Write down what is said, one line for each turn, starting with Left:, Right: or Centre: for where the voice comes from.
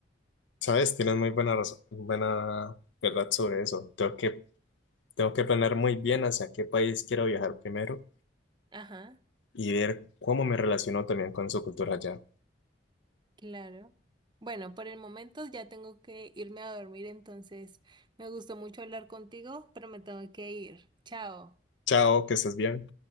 Left: Sabes, tienes muy buena razón, buena verdad sobre eso. Tengo que, tengo que planear muy bien hacia qué país quiero viajar primero
Right: Ajá,
Left: y ver cómo me relaciono también con su cultura allá.
Right: claro. Bueno, por el momento ya tengo que irme a dormir, entonces me gustó mucho hablar contigo, pero me tengo que ir. Chao.
Left: Chao, que estés bien.